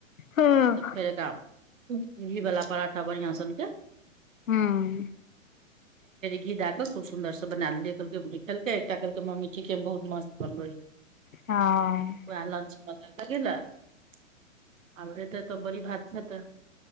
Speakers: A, on the left; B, on the right.
A: हँ
B: तऽ फेर ग घी बला पराठा बढ़िआं सनके
A: हूँ
B: घी द कऽ खुबसुन्दरसँ बना देलिए खेलकै एकटा क कहलके मम्मी ठीके म बहुत मस्त बनलै ये
A: हँ
B: वह लंच लगा <unintelligible> आब हेते तऽ बड़ी भात खेते